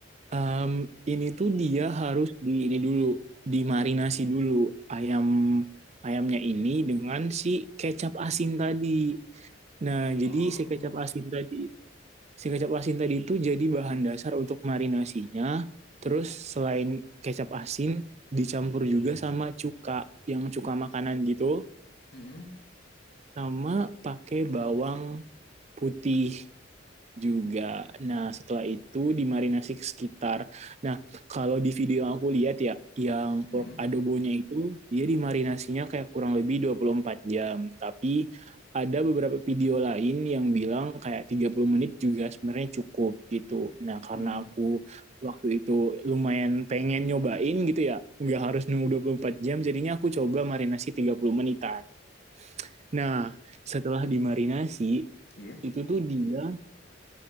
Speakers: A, on the right (about 35°); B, on the left (about 55°).
A: um, ini tuh dia harus di ini dulu, dimarinasi dulu ayam ayamnya ini dengan si kecap asin tadi. Nah, jadi
B: Oh.
A: si kecap asin tadi, si kecap asin tadi itu jadi bahan dasar untuk marinasinya. Terus selain kecap asin, dicampur juga sama cuka, yang cuka makanan gitu,
B: Mm-mm,
A: sama pakai bawang putih juga. Nah, setelah itu dimarinasi sekitar. Nah, kalau di video yang aku lihat ya, yang pork
B: mm-mm,
A: adobonya itu, dia dimarinasinya kayak kurang lebih 24 jam. Tapi ada beberapa video lain yang bilang kayak 30 menit juga sebenarnya cukup gitu. Nah, karena
B: mm-mm.
A: aku waktu itu lumayan pengen nyobain gitu ya, nggak harus nunggu 24 jam, jadinya aku coba marinasi 30 menitan. Nah, setelah dimarinasi,
B: Iya,
A: itu tuh dia